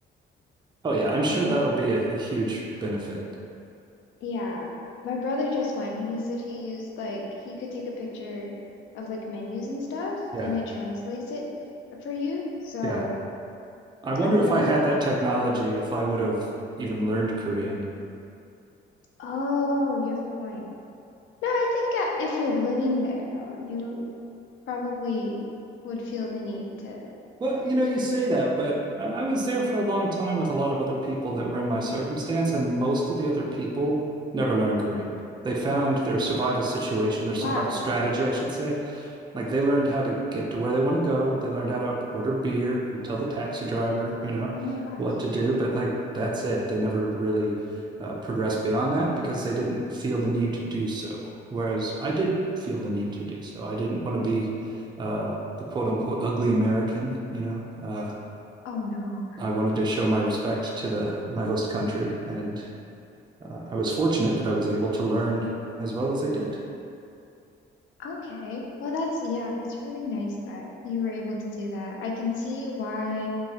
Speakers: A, on the right; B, on the left.
A: Oh yeah, I'm
B: Um.
A: sure that'll be a, a huge benefit.
B: Yeah, my brother just went and he said he used like he could take a picture of like menus and stuff
A: Yeah.
B: and it translates it f- for you. So
A: Yeah. I wonder
B: I'm hoping
A: if I had
B: for
A: that
B: that.
A: technology, if I would have even learned Korean.
B: Oh, you have a point. No, I think uh, if you're living there though, you probably would feel the need to.
A: Well, you know, you say that, but I I was there for a long time with a lot of other people that were in my circumstance, and most of the other people never learned Korean. They found their survival situation, their survival
B: Wow.
A: strategy, I should say, Like they learned how to get to where they want to go. They learned how to order beer and tell the taxi driver, you know,
B: Oh my gosh.
A: what to do.
B: <laughs>
A: But like that's it. They never really uh, progressed beyond that because they didn't feel the need to do so. Whereas I did feel the need to do so. I didn't want to be uh, the quote unquote ugly American, you know. Uh,
B: Oh no.
A: I wanted to show my respect to the my host country and uh, I was fortunate that I was able to learn as well as I did.
B: Okay. Well, that's, yeah, that's really nice that you were able to do that. I can see why